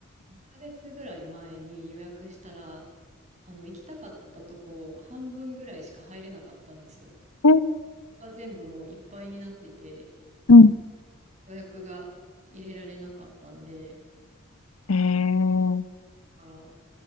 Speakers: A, on the right; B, on the left.
A: 1ヶ月ぐらい前に予約したら、あの行きたかったとこ半分ぐらいしか入れなかったんですよ。
B: え
A: が全部もういっぱいになってて、
B: うん
A: 予約が入れられなかったんで、
B: えー、
A: だから、